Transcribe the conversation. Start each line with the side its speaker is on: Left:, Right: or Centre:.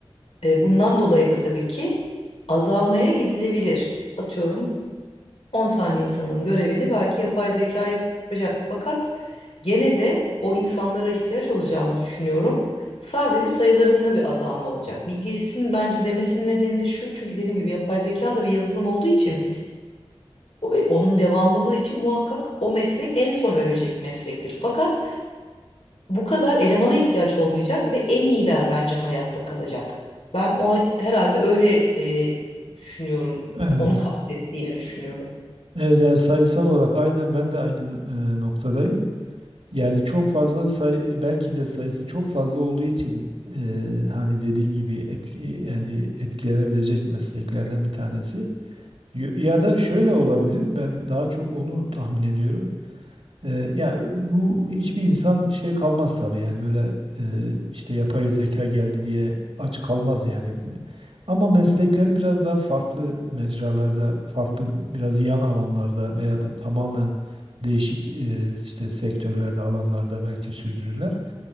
Left: e, bundan dolayı da tabii ki azalmaya gidilebilir. Atıyorum 10 tane insanın görevini belki yapay zeka yapacak. Fakat gene de o insanlara ihtiyaç olacağını düşünüyorum. Sadece sayılarında bir azalma olacak. Bill Gates'in bence demesinin nedeni de şu. Çünkü dediğim gibi yapay zeka da bir yazılım olduğu için o- e, onun devamlılığı için muhakkak o meslek en son ölecek meslektir. Fakat bu kadar elemana ihtiyaç olmayacak ve en iyiler bence hayatta kalacak. Ben o herhalde öyle e, düşünüyorum.
Right: Evet.
Left: Onu kastettiğini düşünüyorum.
Right: Evet yani sayısal olarak aynen ben de aynı e, noktadayım. Yani çok fazla say e, belki de sayısı çok fazla olduğu için e, hani dediğin gibi etki yani etkilenebilecek mesleklerden bir tanesi. Y- Ya da şöyle olabilir. Ben daha çok onu tahmin ediyorum. Ee, ya bu hiçbir insan şey kalmaz tabii yani böyle e, işte yapay zeka geldi diye aç kalmaz yani. Ama mesleklerini biraz daha farklı mecralarda, farklı biraz yan alanlarda veya da tamamen değişik e, işte sektörlerde, alanlarda belki sürdürürler.